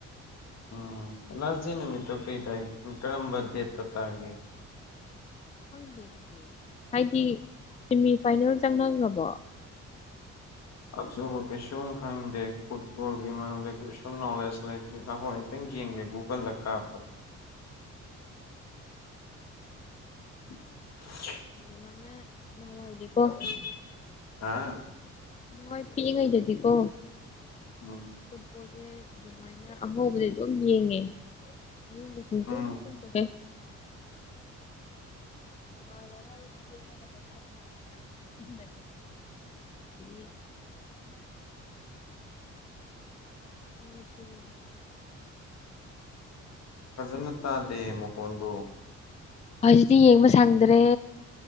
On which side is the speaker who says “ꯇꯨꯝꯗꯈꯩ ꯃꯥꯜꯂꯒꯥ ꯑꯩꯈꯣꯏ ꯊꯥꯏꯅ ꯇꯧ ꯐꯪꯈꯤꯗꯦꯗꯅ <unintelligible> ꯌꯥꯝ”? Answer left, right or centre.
Left